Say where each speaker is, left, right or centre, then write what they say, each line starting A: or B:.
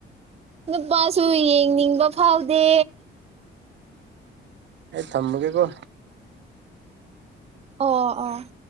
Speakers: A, on the right; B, on the right.
A: ꯅꯨꯄꯥꯁꯨ ꯌꯦꯡꯅꯤꯡꯕ ꯐꯥꯎꯗꯦ
B: ꯑꯩ ꯊꯝꯃꯒꯦ ꯀꯣ
A: ꯑꯣ ꯑꯣ